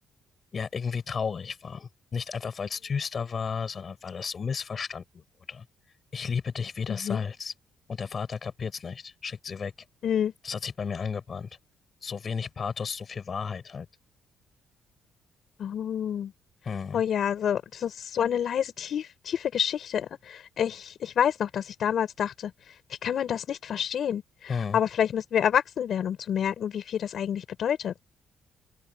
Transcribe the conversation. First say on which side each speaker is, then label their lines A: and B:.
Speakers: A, on the left; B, on the left.
A: ja, irgendwie traurig war. Nicht einfach, weil es düster war, sondern weil es so missverstanden wurde. Ich liebe dich wie das
B: Mhm.
A: Salz. Und der Vater kapiert's nicht, schickt sie weg.
B: Mhm.
A: Das hat sich bei mir angebrannt. So wenig Pathos, so viel Wahrheit halt.
B: Oh.
A: Hm,
B: Oh ja, also das ist so eine leise, tief, tiefe Geschichte. Ich, ich weiß noch, dass ich damals dachte, wie kann man das nicht verstehen?
A: hm.
B: Aber vielleicht müssen wir erwachsen werden, um zu merken, wie viel das eigentlich bedeutet.